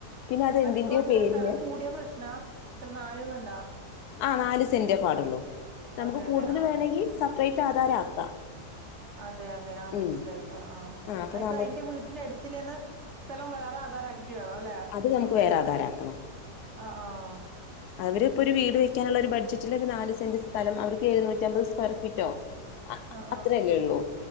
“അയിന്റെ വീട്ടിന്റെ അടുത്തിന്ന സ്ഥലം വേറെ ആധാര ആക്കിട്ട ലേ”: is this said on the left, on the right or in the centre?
Right